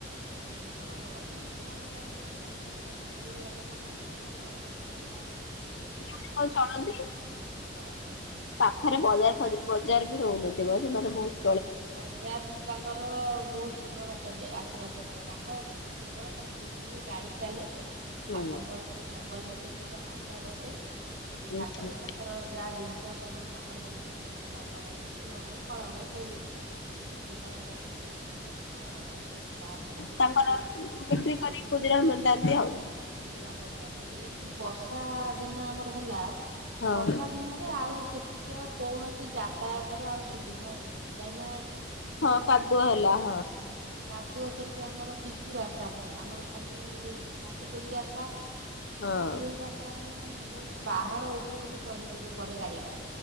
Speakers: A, on the right; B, on the left.
A: ବହୁତ୍ ଭଲ ଲୋକ କିନ୍ତୁ ସେମାନଙ୍କର ସେଠି ମାନେ ବିଜୁଳି ଆଲୋକ ନାହିଁ। ଓ ହୋ <unintelligible>
B: କେମିତି କଣ ଚଳନ୍ତି
A: ଚଳନ୍ତି।
B: ପାଖରେ ବଜାର <unintelligible> ବଜାର ବି ରହୁନଥିବ ସେମାନେ ବହୁତ୍
A: ବଜାର ତାଙ୍କର ବହୁତ୍ ଦୂର ବାଟ ଯେ ଆସିବାକୁ ପଡ଼େ ତାଙ୍କ କେବଳ ଖାଲି ଗୋଟିଏ ଗାଡ଼ି ଚାଲେ।
B: ହୁଁ।
A: ଆଉ ତାଙ୍କର ସେଇ ଜଙ୍ଗଲ ଭିତରେ ଗୋଟେ ହାଟ ବସେ ସେ
B: ହୁଁ
A: ହାଟରେ ତାଙ୍କ ତାଙ୍କର ଯାହା ଜିନିଷ ସବୁ ଜଙ୍ଗଲୀ ଜିନିଷ ବ୍ୟବହାର କରନ୍ତି ଫୁଲ ହଉ ଫଳ ହଉ ସବୁ ମାନେ ବିକ୍ରି କରନ୍ତି ଆଉ ତାପରେ ବି
B: ତାଙ୍କର
A: ସେମାନଙ୍କର
B: ବିକ୍ରି କରି ଗୁଜୁରାଣ ମେଣ୍ଟାନ୍ତି ଆଉ
A: ଗୁଜୁରାଣ ମେଣ୍ଟାନ୍ତି ଏଇ ଯୋଉ ବର୍ଷ ବର୍ଷା ଦିନ ଆମର ହେଲା
B: ହଁ
A: ବର୍ଷା ଦିନରେ ଆଉ ସେଠ ସେଠିକି ଆଉ କୌଣସି ଯାତାୟାତର ଆଉ ସୁବିଧା ରୁହେନି କାହିଁକିନା
B: ହଁ
A: ଖାଲି
B: କାଦୁଅ
A: ଆମର
B: ହେଲା
A: ସେଇଟା
B: ହଁ
A: କାଦୁଅ ସେଠି ଆମର ପିଚୁ ରାସ୍ତା ନାହିଁ ଆମର ଖାଲି ମାଟି ଗୋଡ଼ି ରାସ୍ତା।
B: ହଁ
A: ମାଟି ଗୋଡ଼ି ରାସ୍ତା ହେଲେ ମାନେ ବହୁତ୍ ପାହାଡ଼ ଉପରକୁ ଚଢ଼ିବାକୁ ପଡେ ଗାଡ଼ି ଟା।